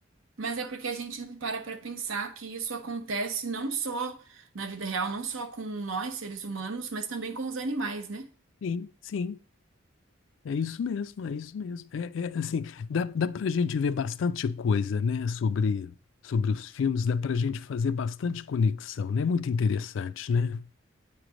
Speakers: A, on the right; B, on the left.
A: mas é porque a gente não para para pensar que isso acontece não só na vida real, não só com nós, seres humanos, mas também com os animais, né?
B: Sim, sim. É isso mesmo, é isso mesmo. É, é, assim, dá, dá para a gente ver bastante coisa, né, sobre, sobre os filmes, dá para a gente fazer bastante conexão, né? Muito interessante, né?